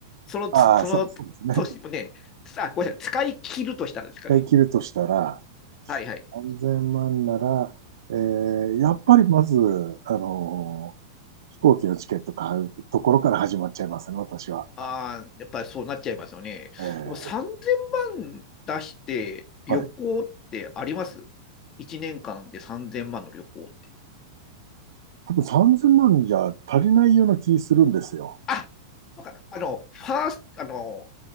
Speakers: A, on the left; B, on the right.
A: そのつ、
B: ああ、
A: その年もね、
B: そう、そうですね。
A: さあ、ごめんなさい、使い切るとしたらですかね。
B: 一回切るとしたら、
A: はいはい。
B: 3000万なら、えー、やっぱりまず、あのー飛行機のチケット買うところから始まっちゃいますね、私は。
A: ああ、やっぱりそうなっちゃいますよね。
B: えー、
A: でも3000万出して旅行ってあります
B: はい。
A: ?1 年間で3000万の旅行って。
B: 多分3000万じゃ足りないような気するんですよ。
A: あ、そうか。あの、ファースト、あの、